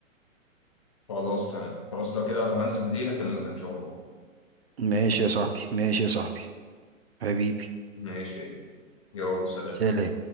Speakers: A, on the left; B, on the right.
A: خلاص تمام خلاص لو كده لو هنزل بالليل اكلمك ان شاء الله
B: ماشي يا صاحبي ماشي يا صاحبي حبيبي
A: ماشي يلا سلام
B: سلام